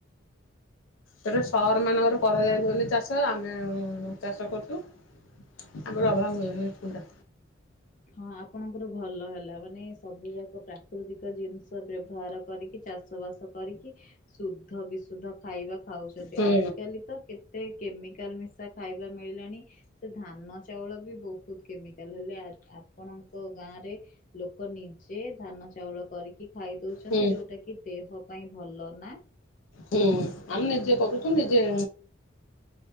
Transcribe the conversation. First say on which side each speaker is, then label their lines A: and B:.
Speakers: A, on the left; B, on the left.
A: ତାପରେ ସଅର ମାନଙ୍କର କରାଯାଏନି ବୋଲି ଚାଷ ଆମେ ଚାଷ କରୁଚୁ। ଆମର ଅଭାବ ହୁଏନି କୁଣ୍ଡା।
B: ହଁ ଆପଣଙ୍କର ଭଲ ହେଲା ମାନେ ସବୁ ଯାକ ପ୍ରାକୃତିକ ଜିନିଷ ବ୍ୟବହାର କରି କି ଚାଷ ବାସ କରିକି ଶୁଦ୍ଧ ବିଶୁଦ୍ଧ ଖାଇବା ଖାଉଚନ୍ତି
A: ହୁଁ
B: ଆଜିକାଲି ତ କେ ତେ କେମିକାଲ ମିଶା ଖାଇବା ମିଳିଲାଣି ସେ ଧାନ ଚାଉଳ ବି ବହୁ ହୁତ୍ କେମିକାଲ ହେଲେ ଆପଣଙ୍କ ଗାଁରେ ଲୋ ଲୋକ ନିଜେ ଧାନ ଚାଉଳ କରିକି ଖାଇ ଦଉଚନ୍ତି
A: ହୁଁ
B: ଯୋଉଟା କି ଦେହ ପାଇଁ ଭଲ ନା।
A: ହୁଁ ଆମେ ନିଜେ କରୁଚୁ ନିଜେ